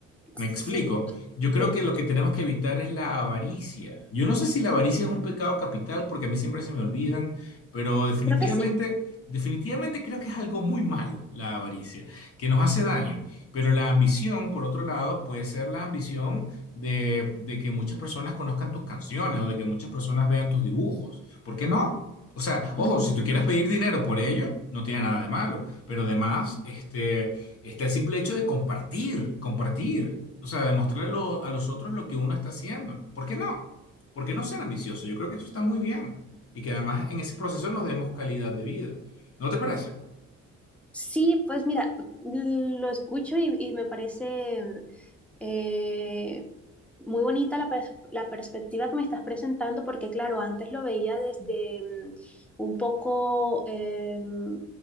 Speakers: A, on the left; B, in the centre.
A: Me
B: sí,
A: explico. Yo creo
B: sí,
A: que lo que tenemos que evitar es la avaricia. Yo no sé si la avaricia es un pecado capital, porque a mí siempre se me olvidan, pero definitivamente,
B: creo que sí.
A: definitivamente creo que es algo muy malo la avaricia, que nos hace daño. Pero la ambición, por otro lado, puede ser la ambición de, de que muchas personas conozcan tus canciones o de que muchas personas vean tus dibujos. ¿Por qué no? O sea, ojo,
B: Mm.
A: si tú quieres pedir dinero por ello, no tiene nada de malo, pero además, este... Está el simple hecho de compartir, compartir. O sea, demostrarle a, lo- a los otros lo que uno está haciendo. ¿Por qué no? ¿Por qué no ser ambicioso? Yo creo que eso está muy bien. Y que además en ese proceso nos demos calidad de vida. ¿No te parece?
B: Sí, pues mira, mm, lo escucho y, y me parece eh, muy bonita la, pers- la perspectiva que me estás presentando, porque claro, antes lo veía desde mm, un poco, em,